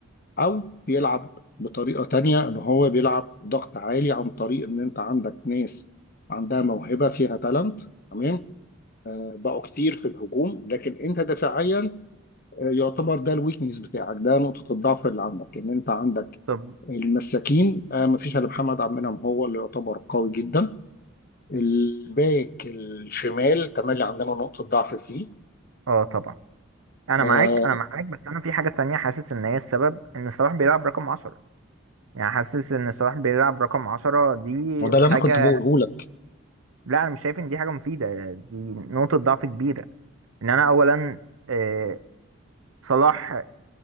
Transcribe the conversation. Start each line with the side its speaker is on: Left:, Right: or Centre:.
Left: او بيلعب بطريقة تانية ان هو بيلعب ضغط عالي عن طريق ان انت عندك ناس عندها موهبة فيها تالنت تمام آه، بقوا كتير في الهجوم لكن انت دفاعيا يعتبر ده الويكنس بتاعك ده نقطة الضعف اللي عندك ان انت عندك
Right: طب
Left: المساكين آه، مفيش الا محمد عبد المنعم هو اللي يعتبر قوي جدا الباك الشمال تملي عندنا نقطة ضعف فيه
Right: اه طبعا انا
Left: آه،
Right: معاك انا معاك بس انا في حاجة تانية حاسس ان هي السبب ان صلاح بيلعب رقم عشرة يعني حاسس ان صلاح بيلعب رقم عشرة دي
Left: وده اللي
Right: حاجة
Left: انا كنت بقوله لك
Right: لا انا مش شايف ان دي حاجة مفيدة دي نقطة ضعف كبيرة ان انا اولا آه، صلاح